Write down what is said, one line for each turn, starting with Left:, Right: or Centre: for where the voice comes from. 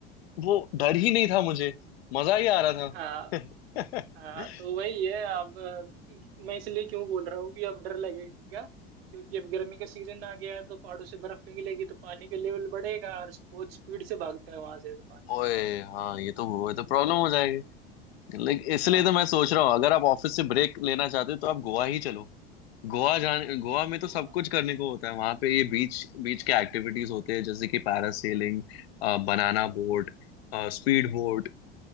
Left: वो डर ही नहीं था मुझे मजा ही आ रहा
Right: हाँ
Left: था
Right: हाँ, तो
Left: <laughs>
Right: वही है अब कि- कि- मैं इसलिए क्यों बोल रहा हूँ कि अब डर लगेगा क्योंकि अब गर्मी का सीजन आ गया है तो पहाड़ों से बर्फ पिघलेगी तो पानी का लेवल बढ़ेगा और बहुत स्पीड से भागता है वहां से तो पानी
Left: ओए हाँ ये तो वो तो प्रॉब्लम हो जाएगी लेकिन इसलिए
Right: हाँ
Left: तो मैं सोच
Right: तो
Left: रहा हूँ अगर आप ऑफिस से ब्रेक लेना चाहते हो तो आप गोवा ही चलो गोवा जाने गोवा में तो
Right: गो-
Left: सब कुछ करने को होता है वहां पे ये बीच बीच के एक्टिविटीज होते हैं जैसे कि parasailing banana boat speed boat